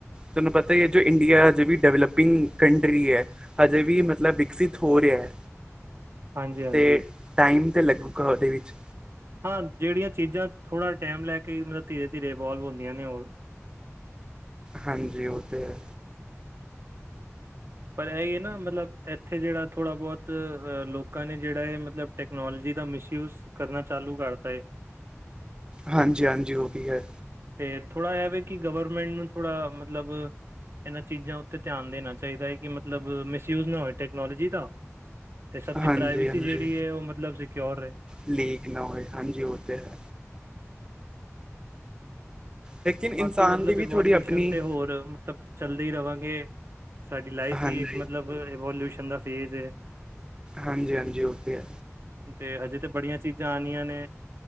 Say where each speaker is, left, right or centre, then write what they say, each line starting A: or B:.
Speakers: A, on the right; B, on the right.
A: ਥੋਨੂੰ ਪਤਾ ਈ ਐ, ਜੋ ਇੰਡੀਆ ਅਜੇ ਵੀ ਡਵੈਲਪਿੰਗ ਕੰੰਟਰੀ ਏ। ਹਜੇ ਵੀ ਮਤਲਬ ਵਿਕਸਿਤ ਹੋ ਰਿਹਾ।
B: ਹਾਂਜੀ ਹਾਂਜੀ
A: ਤੇ ਟਾਇਮ ਤੇ ਲੱਗੂਗਾ ਉਹਦੇ ਵਿੱਚ।
B: ਹਾਂ, ਜਿਹੜੀਆਂ ਚੀਜ਼ਾਂ ਥੋੜ੍ਹਾ ਟਾਈਮ ਲੈ ਕੇ ਮਤਲਬ ਧੀਰੇ-ਧੀਰੇ ਇਨਵੋਲਵ ਹੁੰਦੀਆਂ ਨੇ ਉਹ।
A: ਹਾਂਜੀ, ਉਹ ਤੇ ਹੈ।
B: ਪਰ ਇਹ ਏ ਨਾ ਮਤਲਬ ਇੱਥੇ ਜਿਹੜਾ ਥੋੜ੍ਹਾ ਬਹੁਤ ਅ ਲੋਕਾਂ ਨੇ ਜਿਹੜਾ ਏ ਮਤਲਬ ਟੈਕਨੋਲੋਜੀ ਦਾ ਮਿਸਯੂਜ ਕਰਨਾ ਚਾਲੂ ਕਰਤਾ ਏ।
A: ਹਾਂਜੀ- ਹਾਂਜੀ, ਉਹ ਵੀ ਹੈ।
B: ਤੇ ਥੋੜ੍ਹਾ ਇਹਵੇ ਕਿ ਗਵਰਮੈਂਟ ਨੂੰ ਥੋੜ੍ਹਾ ਮਤਲਬ ਇਹਨਾਂ ਚੀਜ਼ਾਂ ਉੱਤੇ ਧਿਆਨ ਦੇਣਾ ਚਾਹੀਦਾ ਏ ਕਿ ਮਤਲਬ ਮਿਸਯੂਜ ਨਾ ਹੋਏ ਟੈਕਨੋਲੋਜੀ ਦਾ। ਤੇ ਸਭ ਦੀ
A: ਹਾਂਜੀ
B: ਪ੍ਰਾਈਵੇਸੀ
A: ਹਾਂਜੀ
B: ਜਿਹੜੀ ਏ। ਉਹ ਮਤਲਬ ਸਿਕਓਰ ਰਹੇ।
A: ਲੀਕ ਨਾ ਹੋਏ। ਹਾਂਜੀ, ਉਹ ਤੇ ਹੈ। ਲੇਕਿਨ
B: ਬਾਕੀ
A: ਇਨਸਾਨ
B: ਮਤਲਬ
A: ਦੀ ਵੀ
B: ਇਵੋਲਿਊਸ਼ਨ
A: ਥੋੜੀ ਆਪਣੀ
B: ਤੇ ਹੋਰ ਮਤਲਬ ਚੱਲਦੇ ਰਹਾਂਗੇ। ਸਾਡੀ ਲਾਈਫ
A: ਹਾਂਜੀ
B: ਹੀ ਇੱਕ ਮਤਲਬ ਐਵੋਲਿਊਸ਼ਨ ਦਾ ਫੇਜ਼ ਏ।
A: ਹਾਂਜੀ -ਹਾਂਜੀ ਉਹ ਤੇ ਹੈ।
B: ਤੇ ਹਜੇ ਤੇ ਬੜੀਆਂ ਚੀਜ਼ਾਂ ਆਣੀਆਂ ਨੇ